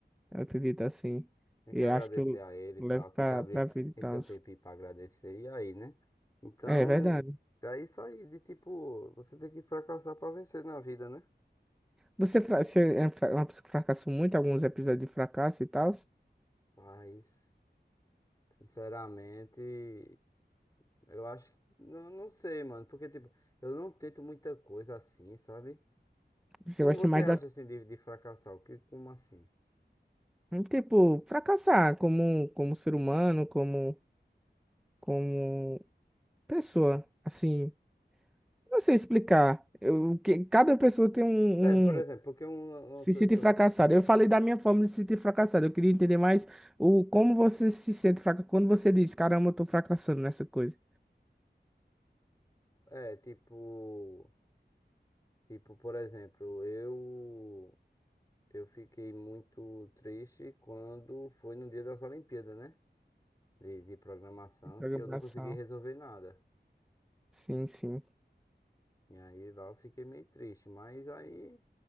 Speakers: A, in the centre; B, on the left.
A: eu acredito assim.
B: Tem
A: E
B: que agradecer
A: acho que eu
B: a ele
A: levo
B: e tal.
A: pra,
B: Tem que abrir,
A: pra vida e
B: tem
A: tal.
B: que ter um tempinho pra agradecer. E aí, né? Então,
A: É verdade.
B: é é isso aí, de tipo, você tem que fracassar pra vencer na vida, né?
A: Você, fra- você é um fra- uma pessoa que fracassou muito, alguns episódios de fracasso e tal.
B: Mas, sinceramente, eu acho, não, não sei, mano, porque, tipo, eu não tento muita coisa assim, sabe?
A: Você
B: Como
A: gosta
B: você
A: mais
B: acha,
A: das.
B: assim, de, de fracassar? O que, como assim?
A: Tipo, fracassar como, como ser humano, como, como pessoa. Assim, não sei explicar. Eu, que, cada pessoa tem um,
B: É, por exemplo,
A: um-
B: porque um- umas
A: Se
B: coisas
A: sente
B: que
A: fracassada.
B: eu, fr-
A: Eu falei da minha forma de se sentir fracassado. Eu queria entender mais o, como você se sente fracassado quando você diz, caramba, eu tô fracassando nessa coisa.
B: é, tipo, tipo, por exemplo, eu Eu fiquei muito triste quando foi no dia das Olimpíadas, né? De, de programação,
A: De Programação.
B: que eu não consegui resolver nada.
A: Sim, sim.
B: E aí lá eu fiquei meio triste, mas aí